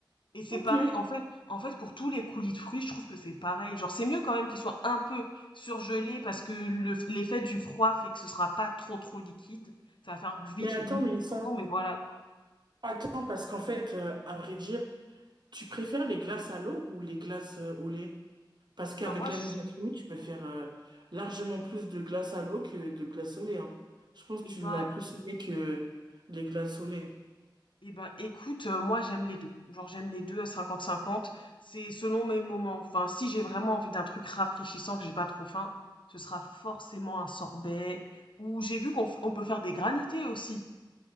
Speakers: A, on the left; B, on the right.
A: et c'est
B: Ok.
A: pareil, en fait en fait, pour tous les coulis de fruits, je trouve que c'est pareil. Genre, c'est mieux quand même qu'ils soient un peu surgelés parce que le f l'effet du froid fait que ce sera pas trop, trop liquide. Ça va faire vite
B: Mais attends,
A: une liquéfaction,
B: Mélissa.
A: mais voilà, quoi
B: Attends, parce qu'en fait, euh, à vrai dire, Tu préfères les glaces à l'eau ou les glaces euh, au lait? Parce qu'avec
A: et ben, moi,
B: la
A: je
B: Ninja Creamy, tu peux faire euh, largement plus de glaces à l'eau que de glaces au lait. hein. Je pense que
A: et
B: tu
A: ben
B: vas plus aimer que les glaces au lait.
A: Eh ben, écoute, euh, moi j'aime les deux. Genre j'aime les deux à 50-50. C'est selon mes moments. Enfin, si j'ai vraiment envie d'un truc rafraîchissant, que j'ai pas trop faim, ce sera forcément un sorbet. Ou j'ai vu qu'on f- on peut faire des granités aussi.